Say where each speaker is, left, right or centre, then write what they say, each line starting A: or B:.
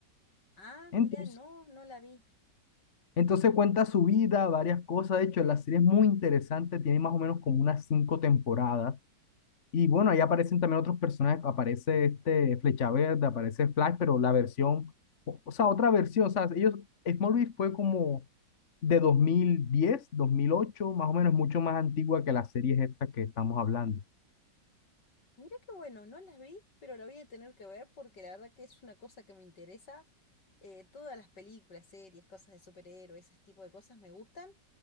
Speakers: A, on the left; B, on the left.
A: Ah,
B: Entonces,
A: mira, no, no la vi.
B: entonces cuenta su vida, varias cosas, de hecho, la serie es muy interesante, tiene más o menos como unas cinco temporadas Y bueno, ahí aparecen también otros personajes, aparece este Flecha Verde, aparece Flash, pero la versión, o, o sea, otra versión, o sea, ellos, Smallville fue como de dos dos mil diez dos mil ocho más o menos, mucho más antigua que las series estas que estamos hablando.
A: Mira qué bueno, no la vi, pero la voy a tener que ver porque la verdad que es una cosa que me interesa. Eh, todas las películas, series, cosas de superhéroes, ese tipo de cosas me gustan.